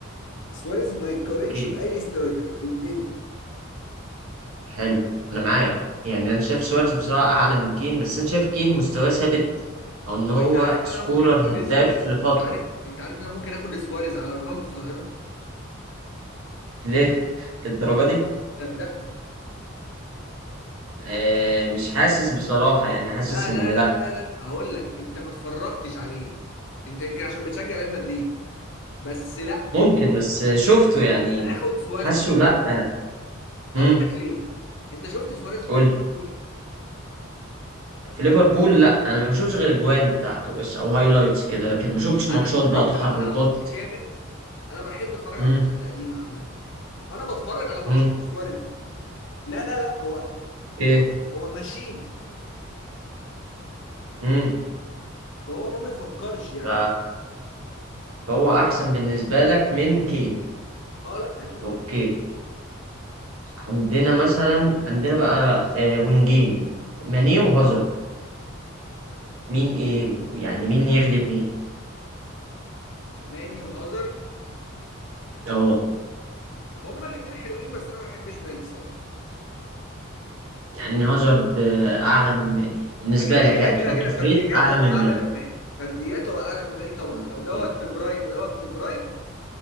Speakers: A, on the left (about 60°); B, on the right (about 80°).
A: سواريز ما يتقارنش
B: اوكي
A: باي سترايكر في الدنيا
B: حلو انا معاك يعني انا شايف سواريز بصراحة اعلى من كين بس انا شايف كين مستواه ثابت او ان
A: طب
B: هو
A: انت عارف ان
B: سكورر
A: انا ممكن اخد
B: هداف
A: سواريز
B: لفترة
A: انت عارف انت عارف ان انا ممكن اخد سواريز على رونالدو الظاهره
B: ليه <laughs> للدرجة دي
A: صدقني
B: آه مش حاسس بصراحة يعني حاسس
A: لا
B: ان
A: لا
B: لا
A: لا لا لا هقول لك انت ما اتفرجتش عليه انت يمكن عشان بتشجع ريال مدريد بس لا
B: ممكن بس شفته يعني
A: انا هاخد سواريز
B: حاسه لا آه.
A: هقول لك ليه انت شفت سواريز
B: قول
A: في ليفربول
B: في ليفربول لا انا ما شفتش غير الجوان بتاعته بس او هايلايتس كده لكن ما شفتش ماتشات
A: انا اتفرجت
B: بقى تحركات
A: بقى على ماتش كامل انا بحب اتفرج
B: امم
A: على الماتشات القديمه عامه فانا بتفرج على ماتشات
B: امم
A: سواريز لا لا لا هو
B: ايه
A: هو هو ماشين
B: امم
A: فهو ما بيفكرش يعني
B: ف... فهو احسن بالنسبه لك من كين
A: اه لا اكيد
B: اوكي
A: اكيد
B: عندنا مثلا عندنا بقى آه وينجين ماني وهازارد مين ايه ويعني مين يغلب مين
A: ماني وهازارد
B: اه
A: هما الاتنين حلوين بس انا ما بحبش ماني الصراحه
B: يعني هازارد آه، اعلى من ماني بالنسبه
A: ده كده
B: لك
A: كده
B: يعني
A: كده
B: تحطه
A: كده
B: في
A: فرديات
B: ريت اعلى
A: هو
B: من
A: اعلى
B: ماني
A: من ماني فرديات هو اعلى من ماني طبعا
B: اوكي.
A: لو دوت في البرايم ودوت في البرايم